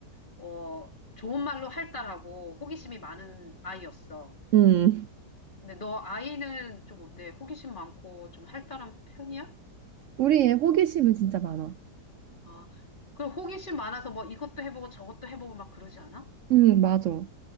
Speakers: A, on the left; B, on the right.
A: 어, 좋은 말로 할달하고 호기심이 많은 아이였어.
B: 응.
A: 근데 너 아이는 좀 어때? 호기심 많고 좀 할달한 편이야?
B: 우리의 호기심은 진짜 많아.
A: 아, 그럼 호기심 많아서 뭐 이것도 해보고 저것도 해보고 막 그러지 않아?
B: 응, 맞아.